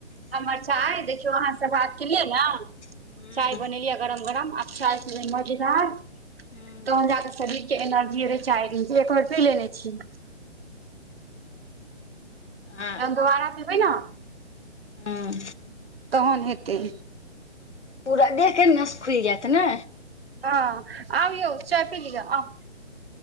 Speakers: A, on the right; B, on the left.
A: हमर चाय देखियौ अहाँ से बात केलियै ने
B: हूँ
A: चाय बनेलिये गरम गरम अआब चाय पीबै मजेदार
B: हूँ
A: तहन जाके शरीर के एनर्जी एतै चाइ दिन एक बेर पी लेने छीयै
B: आ
A: जहन दोबारा पीबै न
B: हूँ
A: तहन हेतै
B: पूरा देहके नस खुल जायत ने
A: हँ आउ यौ चाय पी लिय आउ